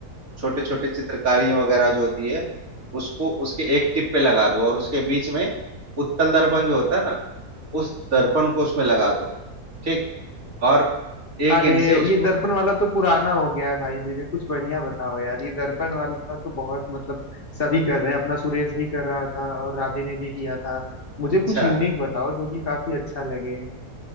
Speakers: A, on the right (about 55°); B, on the left (about 35°).
A: छोटे छोटे चित्रकारी वगैरह जो होती है उसको उसके एक टिप पे लगा दो और उसके बीच में उत्तल दर्पण जो होता है ना उस दर्पण को उसमें लगा दो ठीक और एक
B: अरे
A: इंच से उसको
B: ये दर्पण वाला तो पुराना हो गया है भाई मेरे कुछ बढ़िया बताओ यार ये दर्पण वाला तो बहुत मतलब सभी कर रहे हैं अपना सुरेश भी कर रहा था और राधे ने भी किया था मुझे कुछ
A: अच्छा
B: यूनिक बताओ जो कि काफी अच्छा लगे